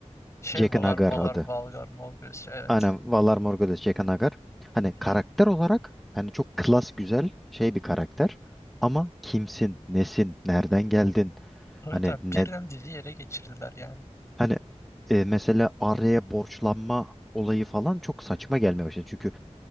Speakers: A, on the left; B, in the centre.
A: Şey
B: Jaqen
A: mi? Valar,
B: H'ghar
A: Valar,
B: adı.
A: Valgar, Molgres. şey, Evet.
B: Aynen Valar Morghulis Jaqen H'ghar. Hani
A: Hı
B: karakter
A: hı.
B: olarak hani çok klas güzel şey bir karakter. Ama kimsin, nesin, nereden geldin?
A: Tabii
B: Hani
A: tabii.
B: ne,
A: Birden dizi yere geçirdiler yani.
B: Hani e, mesela araya borçlanma olayı falan çok saçma gelmeye başladı. Çünkü